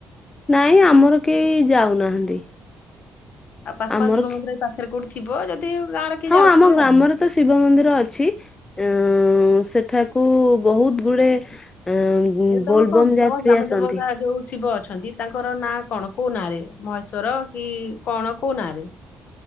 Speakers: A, on the left; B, on the left.
A: ନାଇଁ ଆମର କେହି ଯାଉନାହାନ୍ତି।
B: ଆଉ ପାଖ
A: ଆମର
B: ଶିବ ମନ୍ଦିର ପାଖରେ କୋଉଠି? ଥିବ ଯଦି ଗାଁର କିଏ
A: ହଁ
B: ଯାଉଥିବେ
A: ଆମ ଗ୍ରାମରେ
B: ଆଉ
A: ତ ଶିବ ମନ୍ଦିର ଅଛି। ଉ ସେଠାକୁ ବହୁତ ଗୁଡେ ଏଁ
B: ଏବେ ତମେ
A: ବୋଲବମ୍
B: କଣ
A: ଯାତ୍ରୀ
B: ତମ ଗ୍ରାମ
A: ଆସନ୍ତି।
B: ଦେବତା ଯୋଉ ଶିବ? ଅଛନ୍ତି। ତାଙ୍କର ନାଁ କଣ କୋଉ ନାଁ ରେ ମହେଶ୍ଵର କି କଣ କୋଉ ନାଁ ରେ?